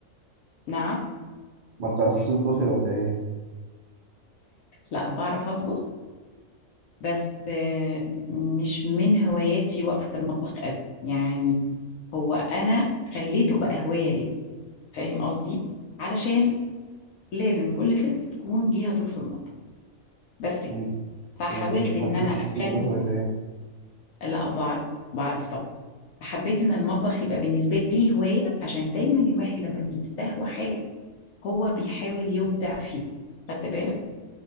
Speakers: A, on the left; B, on the right.
A: نعم
B: ما بتعرفيش تطبخي ولا ايه
A: لا بعرف أطبخ بس آه، مش من هواياتي وقفة المطبخ قوي يعني هو انا خليته بقى هوايه ليا فاهم قصدي علشان لازم كل ست تكون ليها دور في المطبخ بس كده.
B: انت
A: فحاولت
B: انت ما بتحبيش
A: ان انا اخلي
B: تطبخي ولا ايه
A: لا بعرف بعرف طبعا حبيت ان المطبخ يبقى بالنسبه لي هوايه عشان دايما الواحد لما بيستهوى حاجه هو بيحاول يبدع فيها خدت بالك